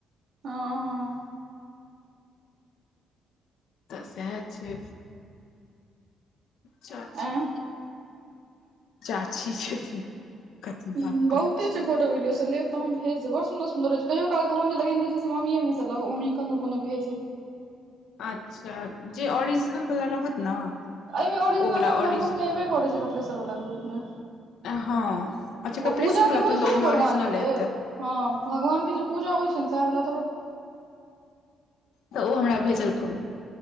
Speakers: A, on the right; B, on the left.
A: हँ- हँ।
B: त सेह छैय। चाची-चाची
A: एं
B: छथिन। कथी
A: हूँ
B: बात
A: बहुते
B: करै छी
A: छैय फोटो वीडियो सब लेब तऽ हम भेज देब बड़ सुन्दर- सुन्दर रहै छैय कहियो कालके हम जे लगेने रहय छियै से मम्मीएमे सँ लेब मम्मी कोनो-कोनो भेज
B: अच्छा जे ओरिजिनल बला रहत ने
A: एहिमे ओरिजनले
B: ओ वाला
A: वला
B: ओरिजिन
A: ग्रुपमे एबे करे छैय कपलेश्वर वला ग्रुप मे।
B: हँ अच्छा कपलेश्वर
A: ओ पूजा
B: वला
A: जे होइ
B: तऽ
A: छै
B: ओयमे
A: ने भगवान
B: ऑरिजिनल
A: के
B: हेतय।
A: हँ भगवानके जे पूजा होइ छैन ने सएह बला।
B: तऽ ओ हमरा भेजल करू।